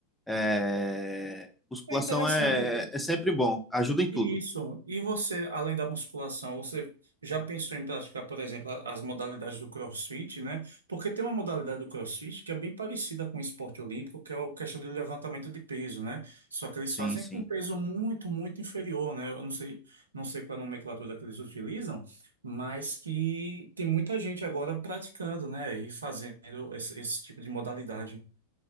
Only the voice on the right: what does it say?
é interessante.
Isso. E você, além da musculação, você já pensou em praticar, por exemplo, a- as modalidades do CrossFit, né? Porque tem uma modalidade do CrossFit que é bem parecida com o esporte olímpico, que é a questão do levantamento de peso, né? Só que eles
fazem
com um peso muito, muito inferior, né? Eu não sei, não sei qual é a nomenclatura que eles utilizam, mas que tem muita gente agora praticando, né? E fazendo esse, esse tipo de modalidade.